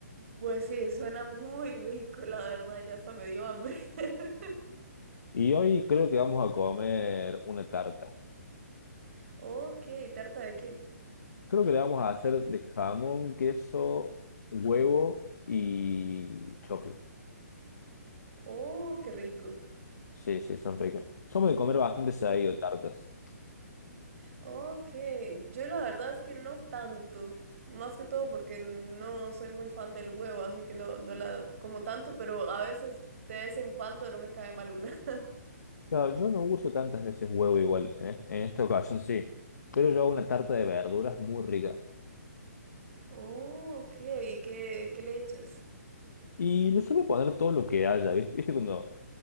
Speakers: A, on the right; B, on the left.
A: Pues sí, suena muy rico, la verdad, ya hasta me dio hambre. <laughs>
B: Y hoy creo que vamos a comer una tarta.
A: Ok, ¿tarta de qué?
B: Creo que le vamos a hacer de jamón, queso, huevo y choclo.
A: Oh, qué rico.
B: Sí, sí, son ricas. Somos de comer bastante seguido
A: Sí.
B: tartas.
A: Ok, yo la verdad es que no tanto. Más que todo porque no soy muy fan del huevo, así que no, no la como tanto, pero a veces, de vez en cuando, no me cae mal una. <laughs>
B: Claro, yo no uso tantas veces huevo igual. En, es- en esta ocasión sí. Pero yo hago una tarta de verduras muy rica.
A: Oh, ok, ¿y qué, qué le echas?
B: Y le suelo poner todo lo que haya. ¿Viste, ¿Viste cuando